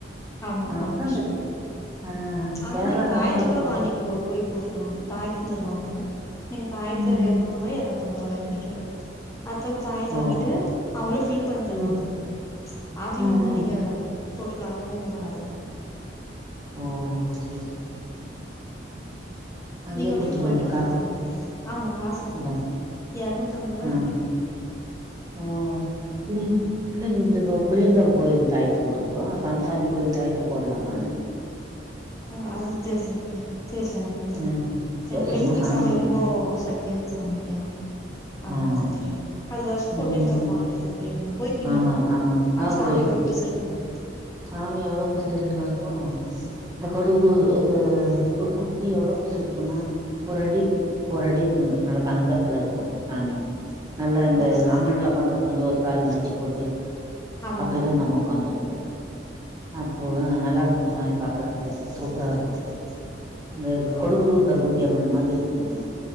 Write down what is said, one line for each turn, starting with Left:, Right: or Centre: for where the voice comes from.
Left: ஆமா மண்ணு
Right: அப்பதான்
Left: மிச்ட்டு
Right: அந்த
Left: வந்திருப்ப
Right: ஆ
Left: அங்க
Right: கேரளாக்காரங்கள
Left: வந்து இங்க தாயத்து
Right: பாத்தீங்களா?
Left: கூட வாங்கி போ போயி போட்டுட்டுவாங்க தாய்த்து தருவாங்க நீங்க தாயத்த
Right: ம்ஹ்ம்.
Left: எர்நூ றுவாயோ எர்நூத்தம்பது ருவாயோ நெனைக்கிறே அத்தோ தாயத்த
Right: ஓ.
Left: வாங்கிட்டு அவுங்களே ஃபில் பண்ணி தருவாங்க
Right: ம்.
Left: அதியு
Right: ம்ஹ்ம்.
Left: வந்து நீங்க போட்க்லா அதுமே ரொம்ப நல்லதா
Right: ஓ ஹொஹொ சேர் சேர் அங்கேயே
Left: நீங்க ஒரு
Right: குடுத்துருவாங்க
Left: டைம் போய்ட்டு வாங்க
Right: காசு
Left: நல்லார்க்கு
Right: கட்டி
Left: ஆமா காசு கட்னு
Right: அதா
Left: ஆனா எர்நூத்தி அம்பருவா நெனக்கிறே
Right: ஆ ஓ <inaudible> இல்லிங்க இத் இப்ப புளியங்காவ் கோயில் தாய்த்து போட்ருக்கோ அப்ப அந்தசாமி கோயில் தாயத்து போட்லாமா
Left: ஆ அது தெர்லிங்ளே தெர்லங்க அது
Right: ம் ம் சேரி
Left: ஏ புளியங்காவ்
Right: சும்மா
Left: சாமி
Right: கும்பு
Left: ரொம்பொ சக்திவாய்ந்த சாமி இல்லியா அதா
Right: ஆமா
Left: தெரில அது வர்ஷத்துக்கொரு
Right: ம்
Left: டைம் தொறப்பாங்க இல்லிங்ளா புளியங்காவ் போய்ருக்கீங்ளா
Right: ஆமா
Left: அப்போ
Right: ஆமா
Left: அந்சாமி
Right: ஆ போயிருக்கோ
Left: எவ்ளோ பெருசுருக்குங்க
Right: சாமி எவ்ளோ பெர்சு தெரியுங்ளாருக்கு இந்த கொடுகுலூர் இது ஒரு குட்டி எவ்ளொ பெருசுருக்குனா ஒரடி ஒரு அடி இருக்குங்க நல்ல தங்கத்லருக்கு சாமி நல்லா இந்த
Left: ஓ சரி சரி
Right: அம்மன்ல ஒக்காந்துருப்பாங்ள ஒரு கால் மடிச்சு போட்டு
Left: ஆமா
Right: அப்டிதா
Left: ஆமா
Right: இந்தம்மா ஒக்காந்துருக்கு அப்போ நல்லாருக்குங்க சாமி பாக்கற்துக்கே சூப்பராருக்கு இந்த
Left: ஓ
Right: கொடுகுலூர் பகவதி அம்மன் மாதி இருக்குங்க